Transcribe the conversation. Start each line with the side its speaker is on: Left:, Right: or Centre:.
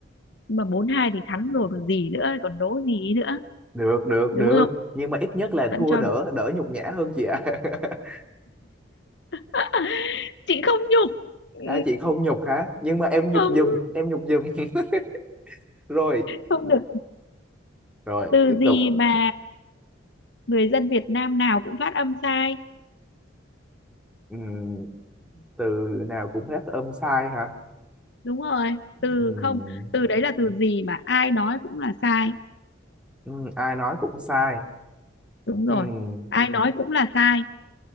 Left: nhưng mà bốn hai thì thắng rồi còn gì nữa còn đố gì nữa
Centre: được được
Left: đúng
Centre: được
Left: không
Centre: nhưng mà ít nhất là
Left: vẫn
Centre: thua
Left: cho
Centre: đỡ đỡ nhục nhã hơn chị ạ <laughs>
Left: <laughs> chị không nhục ừ.
Centre: à. chị không nhục hả nhưng mà em nhục
Left: không
Centre: giùm em nhục giùm <laughs> rồi
Left: không được
Centre: rồi
Left: từ
Centre: tiếp
Left: gì
Centre: tục
Left: mà người dân Việt Nam nào cũng phát âm sai
Centre: Ừm, từ nào cũng rất âm sai hả
Left: đúng rồi từ
Centre: Ừm,
Left: không từ đấy là từ gì mà ai nói cũng là sai
Centre: ừm, ai nói cũng sai
Left: đúng
Centre: Ừm,
Left: rồi ai ừ. nói cũng là sai